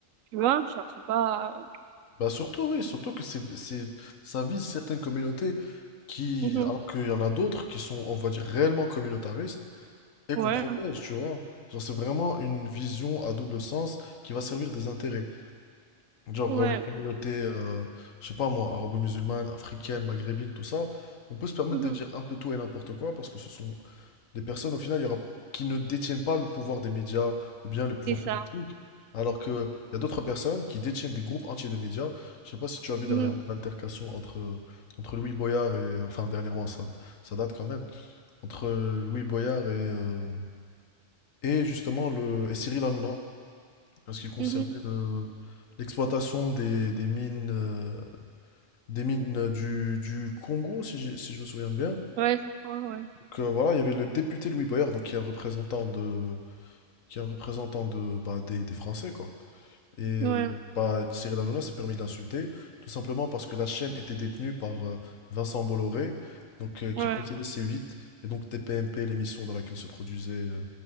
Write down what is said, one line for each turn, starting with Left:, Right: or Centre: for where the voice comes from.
Right: Tu vois, genre c'est pas.
Left: Bah surtout, oui, surtout que c'est, c'est, ça vise certaines communautés qui,
Right: Mhm.
Left: alors qu'il y en a d'autres qui sont, on va dire, réellement communautaristes et
Right: Ouais,
Left: qu'on protège, tu vois. Genre, c'est vraiment une vision à double sens qui va servir des intérêts. Genre,
Right: ouais.
Left: euh, les communautés, euh, je sais pas moi, arabo-musulmanes, africaines, maghrébines, tout ça, on peut se permettre
Right: Mhm.
Left: de dire un peu tout et n'importe quoi parce que ce sont des personnes au final il y aura, qui ne détiennent pas le pouvoir des médias ou bien le pouvoir
Right: C'est ça.
Left: politique, alors que il y a d'autres personnes qui détiennent des groupes entiers de médias. Je sais pas si tu as vu dernièrement
Right: Mhm.
Left: l'altercation entre, entre Louis Boyard et... Enfin, dernièrement, ça, ça date quand même. Entre euh, Louis Boyard et, euh, et justement le, et Cyril Hanouna, en ce qui concernait
Right: Mhm.
Left: le... L'exploitation des, des mines, euh, des mines du, du Congo, si, j'ai- si je me souviens bien.
Right: Ouais, je crois, ouais.
Left: Donc, euh, voilà, il y avait le député Louis Boyard, donc qui est un représentant de, qui est un représentant de, bah, des, des Français, quoi. Et euh,
Right: Ouais,
Left: bah, Cyril Hanouna s'est permis de l'insulter, tout simplement parce que la chaîne était détenue par euh, Vincent Bolloré, donc, euh, qui
Right: ouais.
Left: possédait C8, et donc TPMP, l'émission dans laquelle se produisait euh,